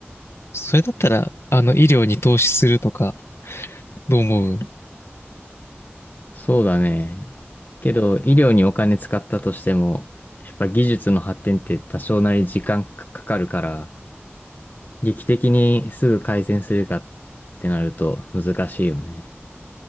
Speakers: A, on the left; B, on the left.
A: それだったら、あの、医療に投資するとか、どう思う
B: そうだね。けど、医療にお金使ったとしても、やっぱ技術の発展って多少なり時間かかるから、劇的にすぐ改善するかってなると難しいよね。